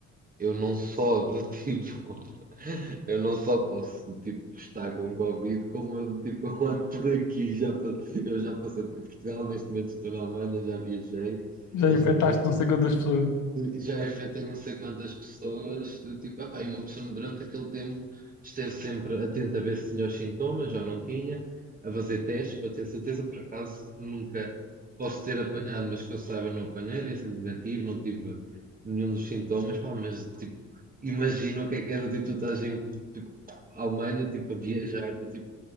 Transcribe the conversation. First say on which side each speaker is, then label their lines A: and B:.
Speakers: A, on the right; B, on the left.
A: eu não só de tipo, <laughs> eu não só posso tipo estar com Covid, como eu, tipo eu ando por aqui, já, pa- eu já passei por Portugal, neste momento estou na Alemanha, já viajei,
B: Já
A: estás
B: infectaste
A: a ver?
B: não sei quantas pessoas,
A: Já afetei não sei quantas pessoas, do tipo, epá, e uma pessoa durante aquele tempo esteve sempre atenta a ver se tinha os sintomas, já não tinha, a fazer testes para ter certeza, por acaso nunca posso ter apanhado, mas que eu saiba não apanhei, dei sempre negativo, não tive nenhum dos sintomas, pá, mas tipo, imagina o que é que era, tipo, tu estás em tipo, Alemanha, tipo, a viajar, do tipo,